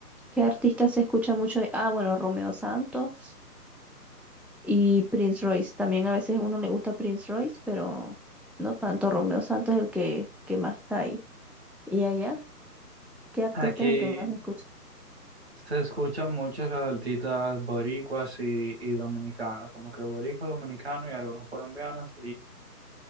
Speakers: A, in the centre; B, on the right.
A: ¿qué artistas se escucha mucho? Ah, bueno, Romeo Santos y Prince Royce. También a veces a uno le gusta Prince Royce, pero no tanto. Romeo Santos es el que, que más está ahí. ¿Y allá? ¿Qué artista
B: Aquí
A: es el que más escucha?
B: se escuchan muchos los artistas boricuas y, y dominicanos, como que boricua, dominicano y algunos colombianos